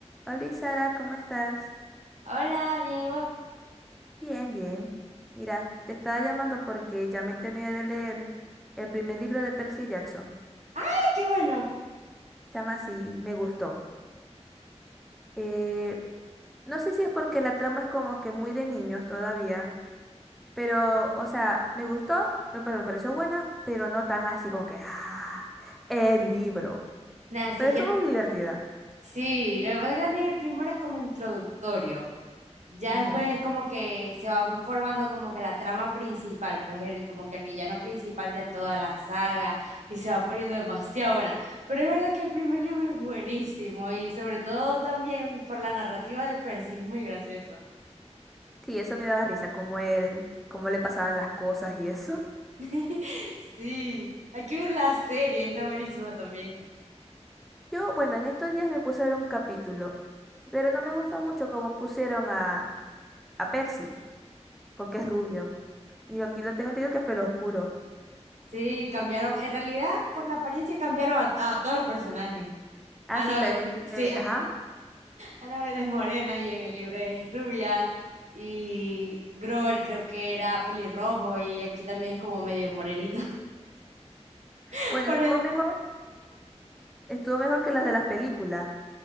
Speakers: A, in the centre; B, on the right.
A: Hola Sara, ¿cómo estás?
B: Hola, bien, ¿y vos?
A: Bien, bien. Mira, te estaba llamando porque ya me terminé de leer el primer libro de Percy Jackson.
B: ¡Ay, qué bueno!
A: Se llama así, me gustó. Eh, no sé si es porque la trama es como que muy de niños todavía, pero, o sea, me gustó, me, pa- me pareció buena, pero no tan así como que, ah, el libro.
B: Nada, sí,
A: Pero
B: es
A: estuvo
B: que el-
A: muy divertida.
B: sí, lo que pasa es que también el primero es como introductorio. Ya
A: Ujú.
B: después es como que se va formando como que la trama principal, pues el, como que el villano principal de toda la saga y se va poniendo demasiado buena. Pero es verdad que el primer libro es buenísimo y sobre todo también por la narrativa de Percy, es muy gracioso.
A: Sí, eso me daba risa, como él, cómo le pasaban las cosas y eso.
B: <laughs> Sí, hay que ver la serie, está buenísima también.
A: Yo, bueno, en estos días me puse a ver un capítulo, pero no me gusta mucho cómo pusieron a, a Percy, porque es rubio. Y aquí lo tengo entendido que es pelo oscuro.
B: Sí, cambiaron, en realidad por la apariencia cambiaron a, a todos los personajes.
A: Ah,
B: Ana,
A: sí,
B: Be-
A: también me fijé,
B: sí,
A: ajá.
B: Ana Vélez Morena y en el libro es rubia. Y Grover creo que era pelirrojo y aquí también es como medio morenito. <laughs>
A: Bueno,
B: Por
A: estuvo
B: el-
A: mejor, estuvo mejor que las de las películas.